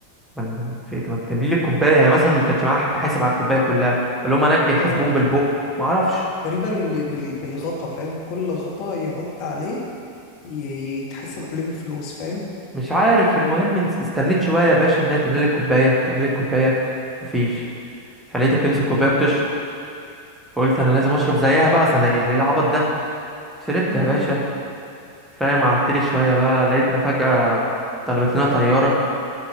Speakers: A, in the centre; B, on the left.
A: من من في إيه؟ ما تملي لي الكوبايه يعني مثلا ما كانش معاها حد حاسب على الكوبايه كلها ولا هم هناك بيحاسبون
B: اه
A: بالبق ما اعرفش
B: تقريبا ب- بال- بالغطا فاهم كل غطا يحط عليه ي- ي- يتحاسب عليه بفلوس فاهم
A: مش عارف المهم نس- استنيت شويه يا باشا انها تملي لي الكوبايه تملي لي الكوبايه مفيش فلقيتها بتمسك كوبايه وبتشرب فقلت انا لازم اشرب زيها بقى أصل انا ايه ليه العبط ده شربت
B: امم
A: يا باشا فاهم قعدتلي شويه بقى لقيتنا فجاه طلبت لنا طياره